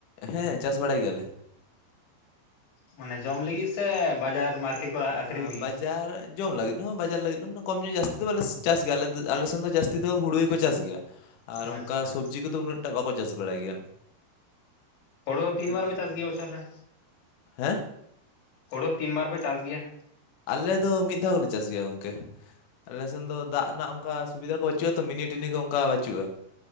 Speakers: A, on the left (about 65°); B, on the left (about 85°).
A: ᱦᱮᱸ ᱪᱟᱥ ᱵᱟᱲᱟᱭ ᱜᱤᱭᱟᱞᱮ
B: ᱢᱟᱱᱮ ᱡᱚᱢ ᱞᱟᱹᱜᱤᱫ ᱥᱮ ᱵᱟᱡᱟᱨ ᱢᱟᱨᱠᱮᱴ ᱠᱚ
A: ᱟᱸ
B: ᱟᱠᱷᱨᱤᱧ ᱞᱟᱹᱜᱤᱫ
A: ᱵᱟᱡᱟᱨ
B: ᱦᱚᱸ
A: ᱡᱚᱢ ᱞᱟᱹᱜᱤᱫ ᱦᱚᱸ ᱵᱟᱡᱟᱨ ᱞᱟᱹᱜᱤᱫ ᱦᱚᱸ ᱢ <inaudible> ᱠᱚᱢ ᱧᱚᱜ ᱡᱟᱹᱥᱛᱤ ᱫᱚ ᱵᱟᱞᱮ ᱪᱟᱥ ᱜᱮᱭᱟ ᱟᱞᱮ ᱫᱚ ᱟᱞᱮ ᱥᱮᱱ ᱫᱚ ᱡᱟᱹᱥᱛᱤ ᱫᱚ ᱦᱩᱲᱩ ᱜᱮᱠᱚ ᱪᱟᱥ ᱜᱮᱭᱟ
B: ᱦᱚᱸ
A: ᱟᱨ ᱚᱱᱠᱟ
B: ᱟᱪᱪᱷᱟ
A: ᱥᱚᱵᱡᱤ ᱠᱚᱫᱚ ᱩᱱᱟᱹᱜ ᱴᱟ ᱵᱟᱠᱚ ᱪᱟᱥ ᱵᱟᱲᱟᱭ ᱜᱮᱭᱟ᱾
B: ᱦᱳᱲᱳ ᱛᱤᱱ
A: ᱥᱚᱵᱽᱡᱤ
B: ᱵᱟᱨ ᱯᱮ ᱪᱟᱥ
A: ᱠᱚ᱾
B: ᱜᱮᱭᱟ ᱵᱚᱪᱷᱚᱨ ᱨᱮ
A: ᱦᱮᱸ
B: ᱦᱳᱲᱳ ᱛᱤᱱ ᱵᱟᱨ ᱯᱮ ᱪᱟᱥ ᱜᱮᱭᱟ?
A: ᱟᱞᱮ ᱫᱚ ᱢᱤᱫ ᱫᱷᱟᱣ ᱜᱮᱞᱮ ᱪᱟᱥ ᱜᱮᱭᱟ ᱜᱚᱝᱠᱮ ᱟᱞᱮ ᱥᱮᱱ ᱫᱚ ᱫᱟᱜ ᱱᱟᱜ ᱚᱱᱠᱟ ᱥᱩᱵᱤᱫᱷᱟ ᱠᱚ ᱵᱟᱹᱪᱩᱜᱼᱟᱛᱚ ᱢᱤᱱᱤ ᱴᱤᱱᱤ ᱚᱱᱠᱟ ᱵᱟᱹᱪᱩᱜᱼᱟ